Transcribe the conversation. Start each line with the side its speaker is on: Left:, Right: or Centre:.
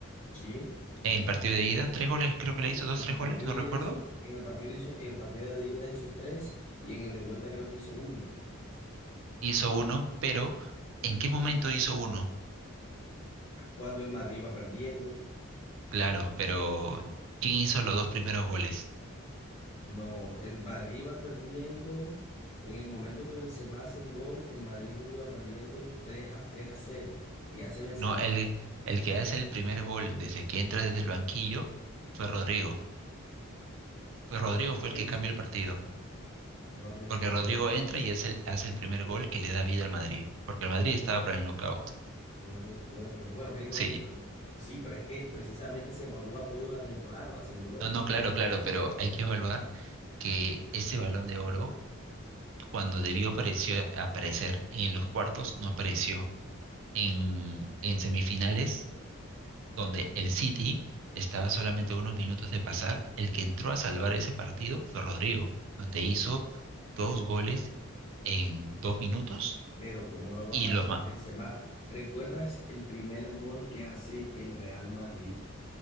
Left: Sí.
Right: En el partido de ida, tres goles, creo que le hizo dos,
Left: En
Right: tres
Left: el partido
Right: goles, no
Left: de
Right: recuerdo.
Left: ida hizo, en el partido hizo, en el partido de ida hizo tres y en el de vuelta creo que hizo uno.
Right: Hizo uno, pero ¿en qué momento hizo uno?
Left: Cuando el Madrid va perdiendo,
Right: Claro, pero ¿quién hizo los dos primeros goles?
Left: no, el Madrid va perdiendo. En el momento que Benzema hace el gol, el Madrid creo que iba perdiendo tres a, tres a cero Y hace Benzema
Right: No, el,
Left: el-
Right: el que hace el primer gol desde que entra desde el banquillo fue Rodrigo. Fue
Left: con
Right: Rodrigo fue el
Left: Chelsea.
Right: que cambia el partido.
Left: No recuerdo.
Right: Porque Rodrigo entra y es el, hace el primer gol que le da vida al Madrid. Porque el Madrid estaba para el knockout.
Left: No recuerdo. Bueno, bien, no
Right: Sí.
Left: recuerdo. Sí, pero es que precisamente se evalúa toda una temporada, se engloba.
Right: No, no, claro, claro, pero hay que evaluar que ese balón de oro, cuando debió apareció- aparecer en los cuartos, no apareció. En, en semifinales donde el City estaba solamente a unos minutos de pasar. El que entró a salvar ese partido fue Rodrigo, donde hizo dos goles en dos minutos
Left: Pero cómo no va
Right: y
Left: a aparecer
Right: los man.
Left: Benzema. ¿Recuerdas el primer gol que hace el Real Madrid?